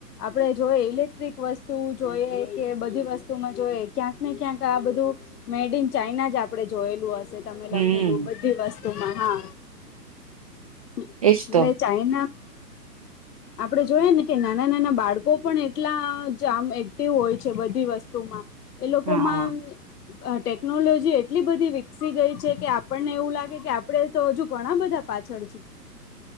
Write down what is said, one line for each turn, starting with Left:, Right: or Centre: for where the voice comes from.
Left: આપડણે જોય ઇલેક્ટ્રિક વસ્તુ જોઈએ કે બધી વસ્તુમાં જોઈએ ક્યાંક ને ક્યાંક આ બધું મેડ ઇન ચાઈના જ આપડે જોયેલું તમે
Right: હમ
Left: લખેલું બધી વસ્તુમાં હા એટલે
Right: એજ તો
Left: ચઇ આપે જોઈય ને કે નાના નાના બાળકો પણ એટલામ એક્ટિવ હોય છે બધી વસ્તુમાં એ લોકોમાં
Right: હા
Left: ટેકનોલોજી એટલી બધી વિકસી ગઈ છે કે આપણને એવું લાગે કે આપડે તો હજુ ઘણા બધા પાછળ છે